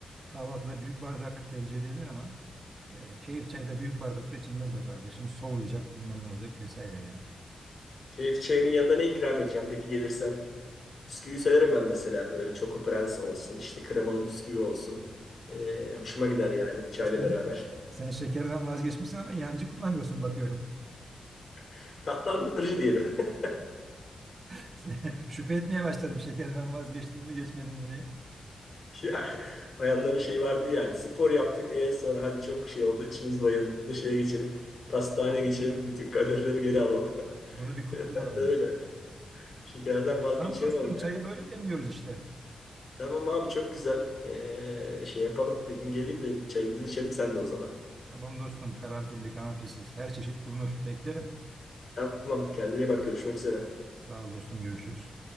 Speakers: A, on the right; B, on the left.
A: Kahvaltıda büyük bardak tercih edilebilir ama e, keyif çayda büyük bardakta içilmez be kardeşim. Soğuyacak, bilmem ne olacak vesaire yani.
B: Keyif çayının yanında ne ikram edeceğim peki gelirsem? Bisküvi severim ben mesela böyle Choco Prens olsun işte kremalı bisküvi olsun. Ee, hoşuma gider yani çayla
A: Sen,
B: beraber.
A: sen şekerden vazgeçmişsin ama yancı kullanıyorsun bakıyorum.
B: <laughs> Tatlandırıcı diyelim. <laughs>
A: <laughs> Şüphe etmeye başladım şekerden vazgeçtim mi geçmedim mi diye.
B: Ya bayanların şeyi vardı yani spor yaptık e sonra hadi çok şey oldu içimiz bayıldı şeye geçelim pastaneye geçelim bütün kalorileri geri alalım.
A: Bunu
B: <laughs>
A: bir kutlayalım
B: Ben de öyle şekerden vazgeçiyorum
A: Tamam dostum
B: abi.
A: çayı
B: ya.
A: böyle demliyoruz işte.
B: Tamam abi çok güzel Ee, şey yapalım bir gün geleyim de çayımızı içelim sen de o zaman.
A: Tamam dostum karanfilli karanfilsiz her çeşit bulunur. Beklerim.
B: Tamam kendine iyi bak görüşmek üzere.
A: Sağ ol dostum görüşürüz.